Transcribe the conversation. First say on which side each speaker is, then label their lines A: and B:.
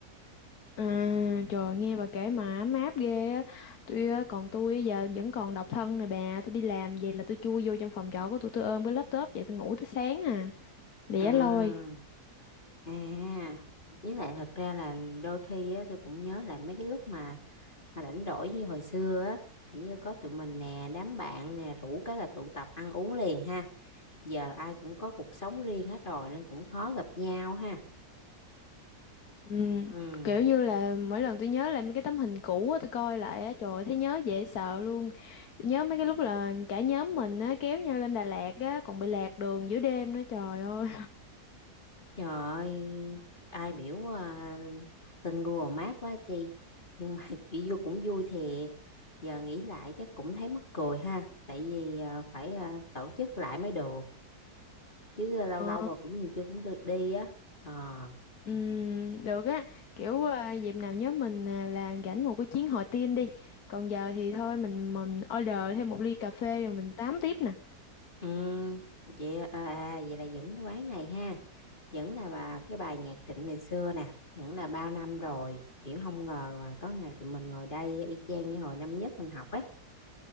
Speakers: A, on the left; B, on the left.
A: À, trời nghe bà kể mà ấm áp ghê á Tôi á, còn tôi giờ vẫn còn độc thân nè bà Tôi đi làm về là tôi chui vô trong phòng trọ của tôi Tôi ôm cái laptop vậy tôi ngủ tới sáng à Lẻ
B: À.
A: loi
B: À, với lại thật ra là đôi khi á, tôi cũng nhớ lại mấy cái lúc mà mà rảnh rỗi như hồi xưa á, kiểu như có tụi mình nè, đám bạn nè, rủ cái là tụ tập ăn uống liền ha. Giờ ai cũng có cuộc sống riêng hết rồi nên cũng khó gặp nhau ha.
A: Ừm,
B: Ừ,
A: kiểu như là mỗi lần tôi nhớ lại mấy cái tấm hình cũ á tôi coi lại á trời ơi, thấy nhớ dễ sợ luôn tôi nhớ mấy cái lúc là cả nhóm mình á kéo nhau lên Đà Lạt á còn bị lạc đường giữa đêm nữa trời ơi
B: trời ơi, ai biểu à, tin Google Maps quá chi. Nhưng mà <laughs> kiểu vui cũng vui thiệt. Giờ nghĩ lại chắc cũng thấy mắc cười ha, tại vì à, phải à, tổ chức lại mới được. chứ lâu
A: ờ
B: lâu mà cũng chưa cũng được đi á ờ
A: ừm, được á kiểu à, dịp nào nhóm mình à, là rảnh một cái chuyến hội tiên đi còn giờ thì thôi mình mình order thêm một ly cà phê rồi mình tám tiếp nè
B: ừm, vậy à, à, vậy là vẫn cái quán này ha vẫn là bà cái bài nhạc Trịnh ngày xưa nè vẫn là bao năm rồi kiểu không ngờ mà có ngày tụi mình ngồi đây y chang như hồi năm nhất mình học á